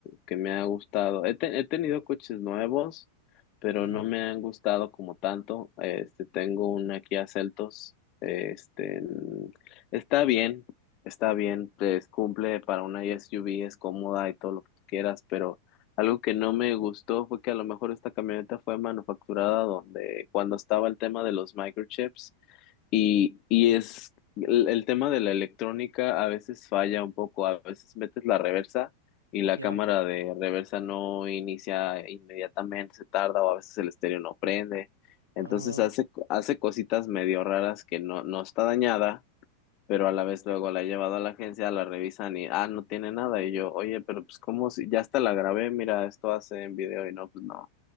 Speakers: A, on the left; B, on the right.
A: que me ha gustado. He, te- he tenido coches nuevos, pero
B: Ujú,
A: no me han gustado como tanto. Este, tengo una Kia Celtos. Este, mm, está bien, está bien, pues cumple para una SUV, es cómoda y todo lo que tú quieras, pero algo que no me gustó fue que a lo mejor esta camioneta fue manufacturada donde cuando estaba el tema de los microchips. Y, y es el, el tema de la electrónica a veces falla un poco, a veces metes la reversa y la
B: Ya.
A: cámara de reversa no inicia inmediatamente, se tarda o a veces el estéreo no prende.
B: Ah,
A: Entonces hace, hace cositas medio raras que no, no está dañada, pero a la vez luego la he llevado a la agencia, la revisan y, ah, no tiene nada. Y yo, oye, pero pues cómo, si ya hasta la grabé, mira, esto hace en video y no, pues no.